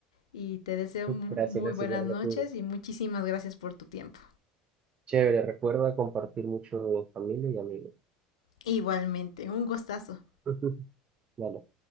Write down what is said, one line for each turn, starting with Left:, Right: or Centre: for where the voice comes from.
Left: y te deseo mu-
Right: gracias,
Left: muy
Right: gracias,
Left: buenas
Right: igual a
Left: noches
Right: la tuya.
Left: y muchísimas gracias por tu tiempo.
Right: Chévere, recuerda compartir mucho en familia y amigos.
Left: Igualmente, un gustazo.
Right: <laughs> Dale.